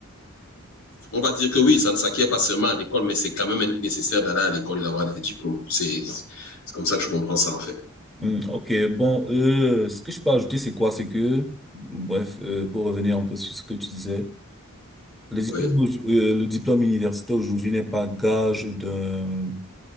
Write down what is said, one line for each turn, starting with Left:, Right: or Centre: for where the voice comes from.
Left: On va dire que oui, ça ne s'acquiert pas seulement à l'école, mais c'est quand même nécessaire d'aller à l'école et d'avoir des diplômes. C'est c'est comme ça que je comprends ça, en fait.
Centre: Hmm, ok, bon, euh, ce que je peux ajouter, c'est quoi? C'est que, bref, euh, pour revenir un peu sur ce que tu disais. Le diplôme,
Left: Oui.
Centre: au- euh, le diplôme universitaire aujourd'hui n'est pas gage d'un,